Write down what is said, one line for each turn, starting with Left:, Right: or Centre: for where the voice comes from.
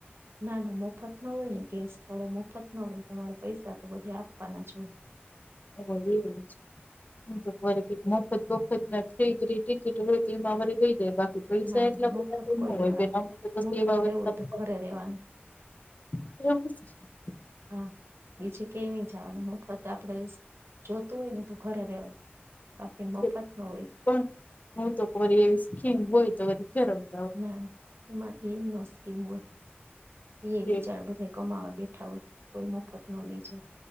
Right: ના ના મફત ન હોય ને ગેસ થોડે મફત નો હોય તમારે પૈસા તો બધે આપવાનાં જ હોય.
Left: હ એવું જ. હ તોરીક મફત બફતના ટિકિટ હોય તો એમાં વળી દેય દે બાકી પૈસા
Right: ના
Left: એટલા
Right: ના
Left: બધા
Right: મફત
Left: તો
Right: કોઈ
Left: ન હોય
Right: નો રાખે,
Left: બેન અમે તો પછી
Right: મફત
Left: એવા
Right: રહેેવું
Left: એટલા
Right: હોય
Left: બધા
Right: તો ઘરે રેવાનું.
Left: <unintelligible>
Right: હા બીજે કયાય નઈ જાવાનું મફત. આપણે જોતું હોય ને તો ઘરે રેવાય બાકી મફત
Left: છે,
Right: નો હોય.
Left: પણ હું તોરી એવી સ્કીમ હોય તો વળી <unintelligible>
Right: ના ના એમાં એ નો સ્કીમ હોય. એય
Left: એમ
Right: બિચાર બધાં કમાવા બેઠા હોય કોઈ મફત નો લઈ જાય.